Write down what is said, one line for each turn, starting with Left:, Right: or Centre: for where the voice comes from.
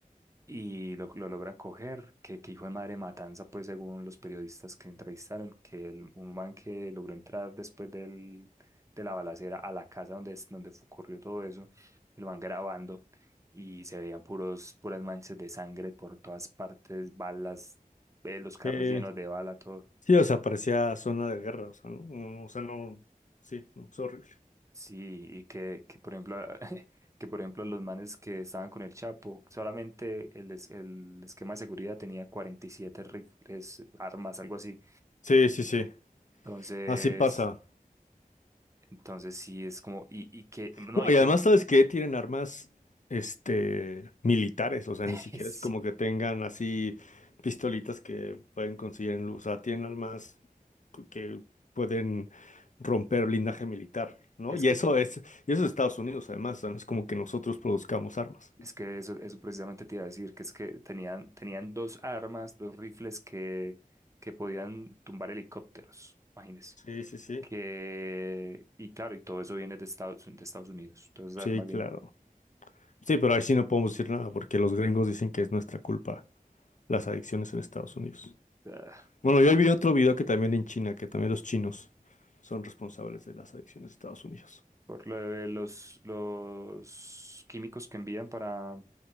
Right: y lo, lo logra coger, que, que hijo de madre matanza, pues según los periodistas que entrevistaron, que el, un man que logró entrar después del, de la balacera a la casa donde, es- donde fu- ocurrió todo eso, lo van grabando y se veían puros, puras manchas de sangre por todas partes, balas, eh, los carros
Left: Eh,
Right: llenos de bala, todo.
Left: sí, o sea, parecía zona de guerra. O sea, no, no- o sea, no. Sí, no, es horrible.
Right: Sí, y que, que por ejemplo, <laughs> que por ejemplo los manes que estaban con el Chapo, solamente el, es- el esquema de seguridad tenía 47 rifles, armas, algo así.
Left: Sí, sí, sí.
Right: Entonces,
Left: Así pasa.
Right: entonces sí es como, y, y que, no,
Left: No,
Right: y
Left: y
Right: que,
Left: además, ¿sabes qué Tienen armas, este, militares, o sea,
Right: <laughs>
Left: ni siquiera
Right: sí,
Left: es como que tengan así pistolitas que pueden conseguir en luz, o sea, tienen armas que pueden romper blindaje militar, ¿no?
Right: es
Left: Y
Right: que,
Left: eso es, y eso es Estados Unidos, además, o sea, no es como que nosotros produzcamos armas.
Right: es que eso, eso precisamente te iba a decir, que es que tenían, tenían dos armas, dos rifles que, que podían tumbar helicópteros, imagínense.
Left: Sí, sí, sí.
Right: Que, y claro, y todo eso viene de Estados, de Estados Unidos, todas esas
Left: Sí,
Right: armas
Left: claro.
Right: vienen.
Left: Sí, pero ahí sí no podemos decir nada porque los gringos dicen que es nuestra culpa las adicciones en Estados Unidos.
Right: ah,
Left: Bueno, yo
Right: ah,
Left: vi otro video que también en China, que también los chinos son responsables de las adicciones de Estados Unidos.
Right: por lo de los, los químicos que envían para,